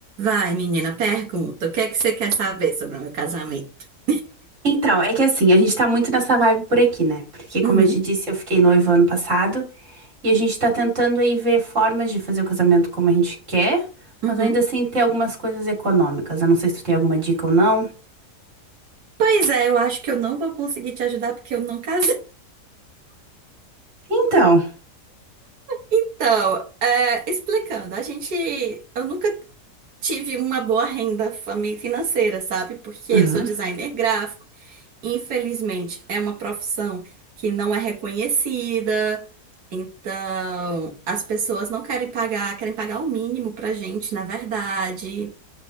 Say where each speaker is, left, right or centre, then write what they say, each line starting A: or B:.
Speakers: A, on the right; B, on the right.
A: Vai, menina, pergunta. O que é que você quer saber sobre o meu casamento? <laughs>
B: Então, é que assim, a gente tá muito nessa vibe por aqui, né? Porque, como
A: Uhum,
B: eu te disse, eu fiquei noiva ano passado e a gente tá tentando aí ver formas de fazer o casamento como a gente quer,
A: uhum.
B: mas ainda assim ter algumas coisas econômicas. Eu não sei se tu tem alguma dica ou não.
A: Pois é, eu acho que eu não vou conseguir te ajudar porque eu não casei.
B: Então,
A: Então, é, explicando, a gente, eu nunca tive uma boa renda fami- financeira, sabe? Porque
B: uhum.
A: eu sou designer gráfico. Infelizmente, é uma profissão que não é reconhecida. Então, as pessoas não querem pagar, querem pagar o mínimo pra gente, na verdade.